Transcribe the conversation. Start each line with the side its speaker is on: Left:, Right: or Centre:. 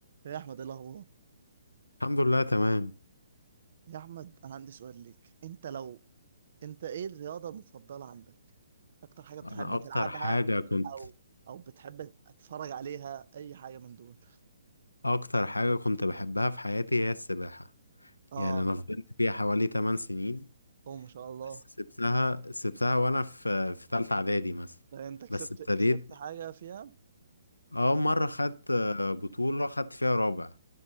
Right: يا احمد ايه الاخبار
Left: الحمد لله تمام
Right: يا احمد انا عندي سؤال ليك انت لو انت ايه الرياضه المفضله عندك اكتر حاجه بتحب
Left: انا اكتر
Right: تلعبها
Left: حاجة كنت
Right: او او بتحب تتفرج عليها اي حاجه من دول
Left: اكتر حاجة كنت بحبها في حياتي هي السباحة
Right: اه
Left: يعني انا فضلت فيها حوالي 8 سنين
Right: هو ما شاء الله
Left: بس سبتها سبتها وانا في في تالتة اعدادي مثلا
Right: ده انت كسبت
Left: بس ابتديت
Right: كسبت حاجه فيها
Left: اه مرة خدت آه، بطولة خدت فيها رابع